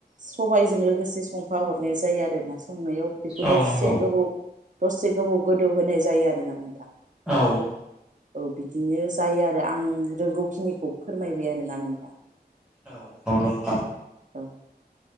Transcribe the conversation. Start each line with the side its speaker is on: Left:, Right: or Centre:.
Right: सबायजों लोगोसे संफाहरनाय जायो आरोना संनायाव बेखौ
Centre: औ
Right: दसे
Centre: नंगौ
Right: गोबौ दसे गोबौ गोदौ होनाय जायो आरोना नोंथां।
Centre: औव
Right: औव बिदिनो जायो आरो आं रोंगौखिनिखौ फोरमायबाय आरोना नोंथां।
Centre: औव नंगौ नोंथां
Right: औ